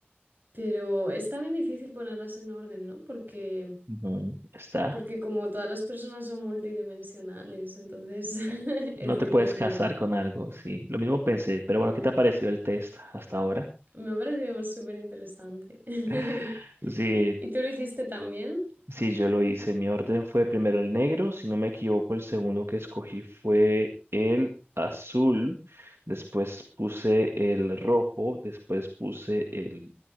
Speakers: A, on the right; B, on the right.
A: Pero es también difícil ponerlas en orden, ¿no? Porque,
B: ujú. Está.
A: porque como todas las personas son multidimensionales, entonces <laughs> es
B: No
A: difícil.
B: te puedes casar con algo, sí. Lo mismo pensé, pero
A: mm,
B: bueno, ¿qué te ha parecido el test hasta ahora?
A: Me ha parecido súper interesante. <laughs>
B: <laughs> Sí,
A: ¿Y tú lo hiciste también?
B: sí, yo lo hice. Mi orden fue primero el negro, si no me equivoco, el segundo que escogí fue el azul, después puse el rojo, después puse el